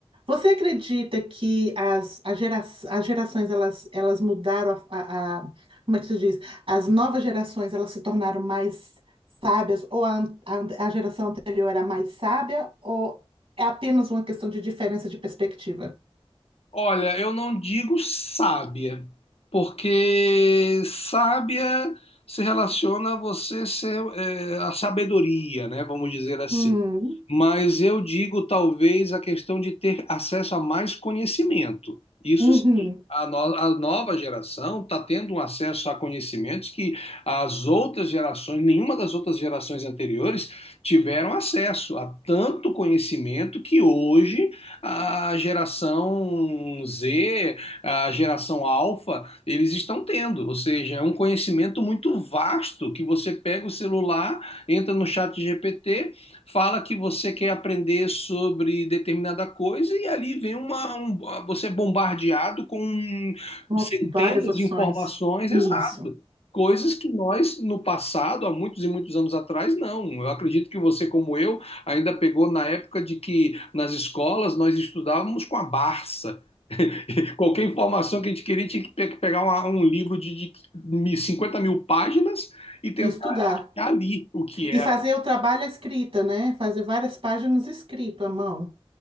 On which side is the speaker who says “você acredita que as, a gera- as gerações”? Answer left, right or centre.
Right